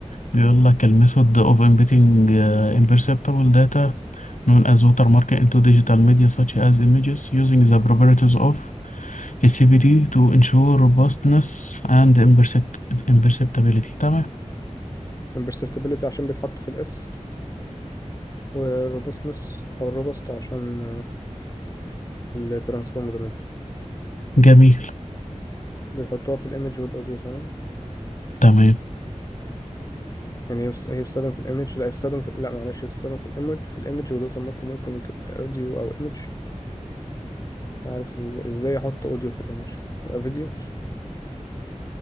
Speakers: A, on the left; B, on the left.
A: بيقول لك الميثود اوف امبيتنج امبرسبتبل داتا known as watermarking into digital media such as images using the properties of a CVD to ensure robustness and impercept- imperceptibility تمام
B: امبرسبتبلتي عشان بيتحط في الاس والروبستنس او الروبست عشان الترانسفورم دومين
A: جميل
B: بيحطوها في الايمج والاوديو تمام
A: تمام
B: يعني هي بس- هي بتستخدم في الايمج لا هي بتستخدم في لا معلش هي بتستخدم في الايمج في الايمج ولوتر مارك ممكن يبقى اوديو او ايمج عارف إز- ازاي احط اوديو في الايمج يبقى فيديو